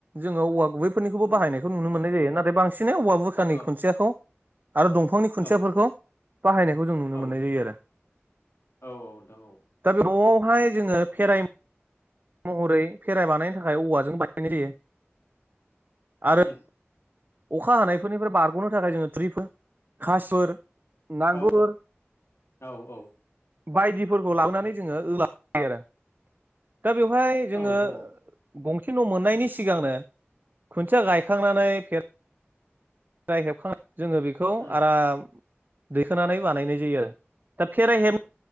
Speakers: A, on the right; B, on the left.
A: जोङो औवा गुबै फोरनिखौबो
B: उम
A: बाहायनायखौ नुनो मोननाय जायो नाथाय बांसिनै औवा बुरखानि
B: औ
A: खुनथियाखौ आरो दंफांनि खुन्थियाफोरखौ
B: औ
A: बाहायनायखौ जों नुनो
B: औ
A: मोननाय जायो आरो
B: औ औ नोंथां औ
A: दा बे न'आवहाय फेराय महरै भेराइ बानायनो थाखाय औवाजों बानायनाय जायो आरो
B: उम
A: अखा हानायफोरनिफ्राय बारग'नो थाखाय जोङो थुरिफोर <unintelligible>
B: औ औ औ
A: बायदिफोरखौ
B: उम
A: लाबोनानै जोङो लायो आरो दा बेवहाय जोङो
B: औ नोंथां औ
A: गंसे न' मोननायनि सिगांनो खुन्थिया गायखांनानै फे फेराइ हेबखांनानै जोङो बेखौ
B: उम
A: आराम दैखांनानै बानायनाय जायो आरो दा फेराइ हेब